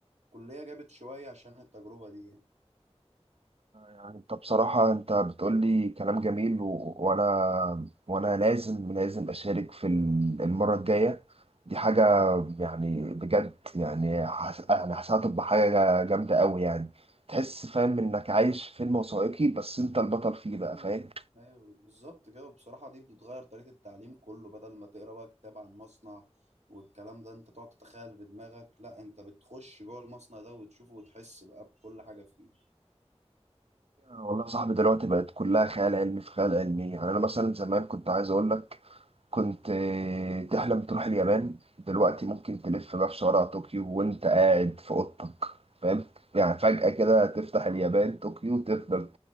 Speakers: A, on the right (about 80°); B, on the right (about 60°).
A: كلية جابت شوية عشان التجربة دي يعني.
B: يعني أنت بصراحة أنت بتقول لي كلام جميل و... وأنا وأنا لازم لازم أشارك في ال- المرة الجاية دي حاجة يعني بجد يعني حس... يعني حاسسها تبقى حاجة جامدة أوي يعني تحس فاهم إنك عايش في فيلم وثائقي بس أنت البطل فيه بقى
A: ايوه
B: فاهم؟
A: ايوه بالظبط كده وبصراحه دي بتتغير طريقه التعليم كله بدل ما تقرا بقى كتاب عن مصنع والكلام ده انت تقعد تتخيل بدماغك لا انت بتخش جوه المصنع ده وتشوفه وتحس بقى بكل حاجه فيه
B: والله يا صاحبي دلوقتي بقت كلها خيال علمي في خيال علمي يعني أنا مثلا زمان كنت عايز أقول لك كنت آه، تحلم تروح اليابان دلوقتي ممكن تلف بقى في شوارع طوكيو وانت قاعد في اوضتك فاهم يعني فجأة كده تفتح اليابان طوكيو وتفضل